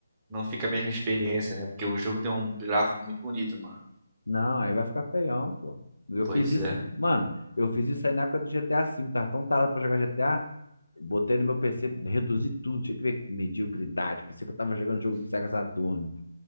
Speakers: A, on the right; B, on the left.
A: não fica a mesma experiência, né? Porque o jogo tem um gráfico muito bonito, mano.
B: Não, aí vai ficar feião, pô. Eu
A: Pois
B: fiz isso,
A: é.
B: mano, eu fiz isso aí na época do GTA V, tava tão tarado pra jogar GTA Botei no meu PC, reduzi tudo, tinha que ver que mediocridade. Pensei que eu tava jogando jogo do Sega Saturno.